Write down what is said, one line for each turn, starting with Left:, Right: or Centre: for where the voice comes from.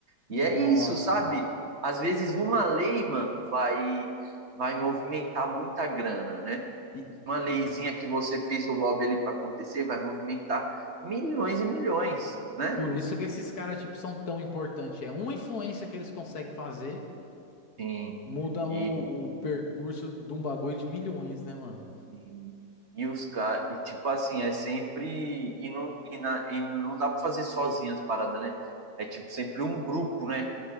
Right: E
Left: nossa.
Right: é isso, sabe? Às vezes uma lei, mano, vai, vai movimentar muita grana, né?
Left: E
Right: Uma leizinha que você fez o lobby ali para acontecer vai movimentar milhões e milhões, né?
Left: por isso que esses caras, tipo, são tão importantes. É uma influência que eles conseguem fazer,
Right: Sim.
Left: muda o,
Right: E
Left: o percurso de um bagulho de milhões, né, mano?
Right: E, e os caras, e tipo assim, é sempre. E não, e, na, e não dá pra fazer sozinho as paradas, né? É tipo sempre um grupo, né?